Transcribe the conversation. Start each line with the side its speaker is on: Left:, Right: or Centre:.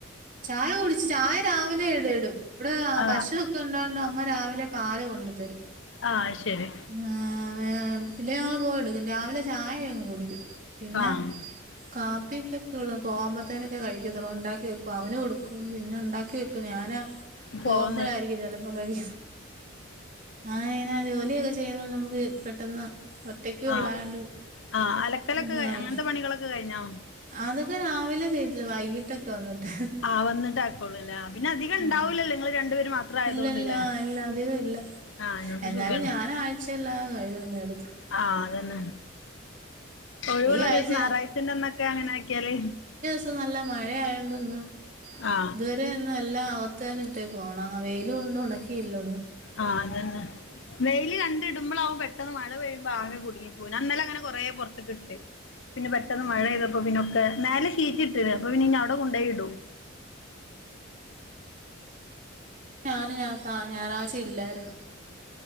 Right: ചായ കുടിച്ച് ചായ രാവിലെ എഴതടും ഇവിടെ
Left: ആഹ്
Right: പശു ണ്ടണ്ട് അമ്മ രാവിലെ പാല് കൊണ്ടു തരും.
Left: ആഹ ശരി
Right: ആ പില്ലെ ഞങ്ങള്ൾ പോയ എടുക്കും രാവിലെ ചായ കുടിക്കും പിന്നെ
Left: ആഹ്
Right: കാപ്പിക്കെക്കൊള്ളു പേവത്തോക്ക്ന് കഴ്ക്കത്തെള്ളു ഉണ്ടാക്കി വെക്കും അവന് കൊടുക്കും പിന്നെ ഉണ്ടാക്കി വെ ഞാന പോമ്പളായിരിക്കില്ല
Left: പോന്ന്
Right: ചെപ്പോ കഴിക്ക ആ ന്നെ ജോലിയെക്കെ ചെയ്യുന്ന നമുക്ക് പെട്ടെന്ന്
Left: ആഹ്
Right: ഉള്ളായോണ്ട്
Left: ആഹ് അലക്കലൊക്കെ
Right: ഇരുന്ന് കഴി
Left: അങ്ങനത്തെ പണികളൊക്കെ കഴിഞ്ഞോ?
Right: അതൊക്കെ രാവിലെ ചെയത്തില്ല വൈകിട്ടൊക്കെ ക്ക വന്നിട്ട്
Left: ആ വന്നിട്ട് ആക്കോളൂല്ലേ പിന്നെ അധികം
Right: ആ
Left: ഉണ്ടാവൂലല്ലോ നിങ്ങള് രണ്ടുപേര് മാത്രം ആയതുകൊണ്ടല്ലേ
Right: ഇല്ലല്ലാ ഇല്ല അതികല്ല
Left: ആ അതിനോണ്ട്
Right: എന്നാലും
Left: സുഖാണ്
Right: ഞാനാഴ്ചള്ള കഴ്കുന്നടുത്ത്
Left: ആഹ് അതന്നെ ഒഴിവുള്ള
Right: ഈ ആഴ്ച
Left: ദിവസം ഞറാഴ്ചന്റെന്നൊക്കെ അങ്ങനെ ആക്കിയാല്
Right: ത്ത് നല്ല മഴയായോണ്ട് ഇന്ന്
Left: ആ
Right: ഇതുവരെ ഇന്ന് എല്ലാം അവത്തന്നെട്ടേക്കാണ് വെയ്ല് കൊണ്ട് ഉണക്കിയില്ലൊന്ന്
Left: ആ അതന്നെ വെയില് കണ്ടിടുമ്പളാവും പെട്ടെ പെട്ടെന്ന് മഴ പെയ്യുമ്പോ ആകെ കുടുങ്ങി പോ ഞാന്നലെ അങ്ങന കൊറേ പെറത്ത്ക്ക്ട്ട് പിന്നെ പെട്ടെന്ന് മഴെയ്തപ്പോ പിന്നൊക്കെ മേലെ ഷീറ്റ്ട്ട്ണ് അപ്പൊ പിന്നെ ഇനി അവടെ കൊണ്ടോയിടും
Right: ഞാന് ന ഞാ ഞായറാഴ്ച്ച ഇല്ലായിരുന്നു